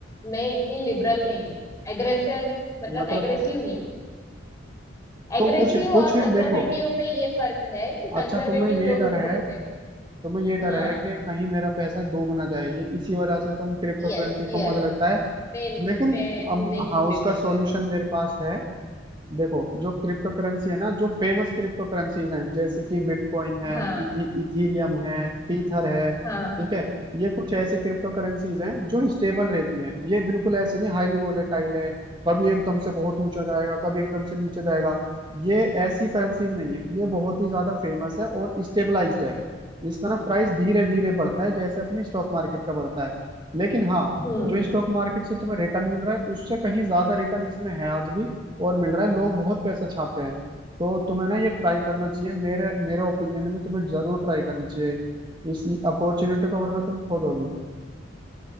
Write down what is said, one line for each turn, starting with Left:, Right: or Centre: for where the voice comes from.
Left: मैं इतनी लिबरल नहीं हूँ एग्रेसन मतलब
Right: मतलब
Left: एग्रेसिव नहीं हूँ एग्रेसिव
Right: तो कुछ कुछ
Left: और
Right: है
Left: कंजर्वेटिव
Right: देखो
Left: में ये फर्क है कि
Right: अच्छा
Left: कंजर्वेटिव
Right: तुम्हें ये
Left: लोग
Right: डर
Left: जो
Right: है
Left: होते हैं
Right: तुम्हें ये डर
Left: हाँ
Right: है कि कहीं मेरा पैसा डूब ना जाए ये इसी वजह से तुम क्रिप्टो
Left: यस
Right: करेंसी
Left: यस
Right: को मुझे लगता है
Left: मैं
Right: लेकिन
Left: मैं
Right: अम,
Left: नहीं
Right: हाँ
Left: प्रेफर
Right: उसका सॉल्यूशन
Left: करती
Right: मेरे पास है देखो जो क्रिप्टो करेंसी है ना जो फेमस क्रिप्टो करेंसीज हैं जैसे कि बिटकॉइन है
Left: हाँ
Right: इथी, इथीरियम है टीथर है
Left: हाँ
Right: ठीक है ये कुछ ऐसे क्रिप्टो करेंसीज हैं जो स्टेबल रहती हैं ये बिल्कुल ऐसे नहीं हाईली वोलेटाइल है कभी एकदम से बहुत ऊंचा जाएगा कभी एकदम से नीचे जाएगा ये ऐसी करेंसीज नहीं है ये बहुत ही ज्यादा फेमस है और स्टेबलाइज्ड है इसका ना प्राइस धीरे धीरे बढ़ता है जैसे अपनी स्टॉक मार्केट का बढ़ता है लेकिन हाँ
Left: हम्म
Right: जो स्टॉक मार्केट से तुम्हें रिटर्न मिल रहा है उससे कहीं ज्यादा रिटर्न इसमें है आज भी और मिल रहा है लोग बहुत पैसा छाप रहे हैं तो तुम्हें ना ये ट्राई करना चाहिए मेरे मेरे ओपिनियन में तुम्हें जरूर ट्राई करना चाहिए इस अपॉर्चुनिटी को वरना तुम खो दोगी